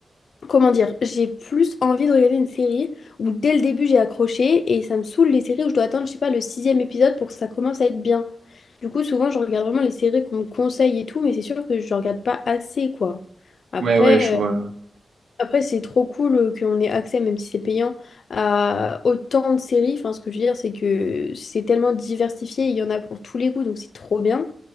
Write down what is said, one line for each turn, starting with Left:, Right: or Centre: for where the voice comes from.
Left: comment dire, j'ai plus envie de regarder une série où dès le début j'ai accroché et ça me saoule les séries où je dois attendre, je sais pas, le sixième épisode pour que ça commence à être bien. Du coup, souvent je regarde vraiment les séries qu'on me conseille et tout, mais c'est sûr que je regarde pas assez, quoi. Après.
Right: Ouais, ouais, je vois.
Left: euh, après, c'est trop cool euh, qu'on ait accès, même si c'est payant, à autant de séries. Enfin, ce que je veux dire, c'est que c'est tellement diversifié, il y en a pour tous les goûts, donc c'est trop bien.